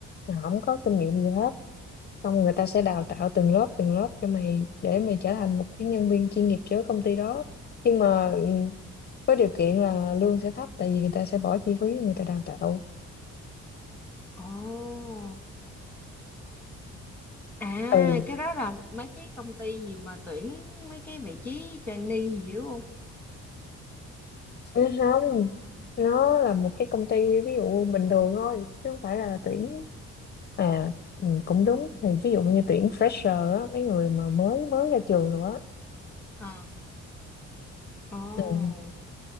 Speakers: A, on the left; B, in the centre.
A: là không có kinh nghiệm gì hết xong người ta sẽ đào tạo từng lớp từng lớp cho mày để mày trở thành một cái nhân viên chuyên nghiệp cho công ty đó nhưng mà ừ, với điều kiện là lương sẽ thấp tại vì người ta sẽ bỏ chi phí người ta đào tạo
B: ồ à
A: ừ
B: cái đó là mấy cái công ty gì mà tuyển mấy cái vị trí trainee gì đúng không
A: Ừ, không nó là một cái công ty ví dụ bình thường thôi chứ không phải là tuyển à ừ, cũng đúng thì ví dụ như tuyển fresher á mấy người mà mới mới ra trường nữa
B: ờ ồ
A: ừ.